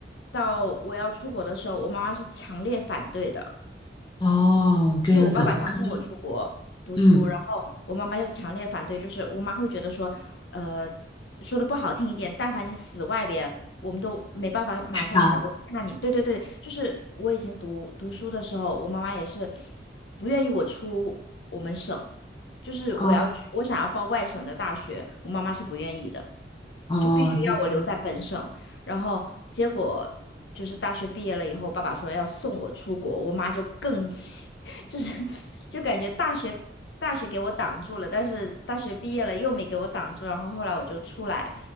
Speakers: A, on the left (about 80°); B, on the left (about 25°).
A: 到我要出国的时候，我妈妈是强烈反对的。
B: 哦，这样子，
A: 就是我爸爸想送我出国读书，
B: 我感觉，嗯，
A: 然后我妈妈就强烈反对，就是我妈会觉得说，呃，说的不好听一点，但凡你死外边，我们都没办法马上赶过去看你。
B: 知道，
A: 对对对，就是我以前读读书的时候，我妈妈也是不愿意我出我们省，就是我要去，
B: 哦。
A: 我想要报外省的大学，我妈妈是不愿意的，
B: 哦，
A: 就必须要我留在本省。
B: 这样啊，
A: 然后结果就是大学毕业了以后，爸爸说要送我出国，我妈就更 <laughs> 就是就感觉大学大学给我挡住了，但是大学毕业了又没给我挡住，然后后来我就出来，